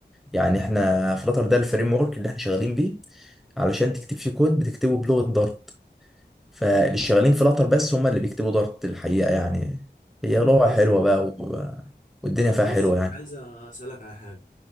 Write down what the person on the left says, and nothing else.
تمام
طب
بص
عايز اسالك على حاجة